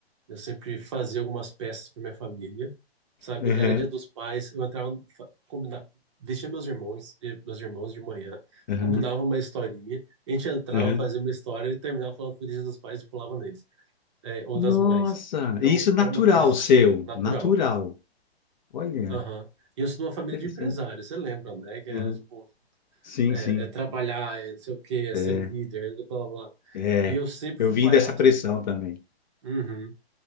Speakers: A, on the right; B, on the left.
A: Eu sempre fazia algumas peças para minha família, sabe?
B: Uhum,
A: Era dia dos pais, eu entrava, fa- combina- vestia meus irmãos, eh, meus irmãos de manhã,
B: uhum,
A: combinava uma historinha, a gente entrava,
B: uhum.
A: fazia uma história e terminava falando feliz dia dos pais e pulava neles, eh, ou
B: Nossa,
A: das mães. Então,
B: e isso é natural
A: era uma coisa
B: seu,
A: natural.
B: natural. Olha,
A: Aham. E eu sou de uma família
B: interessante.
A: de empresários, você lembra, né? Que é,
B: Uhum.
A: tipo,
B: Sim,
A: é,
B: sim.
A: é trabalhar, é não sei o quê, é
B: É,
A: ser líder, é blá, blá, blá.
B: é.
A: E eu sempre
B: Eu
A: fui
B: vim
A: palhaço.
B: dessa pressão também.
A: Uhum.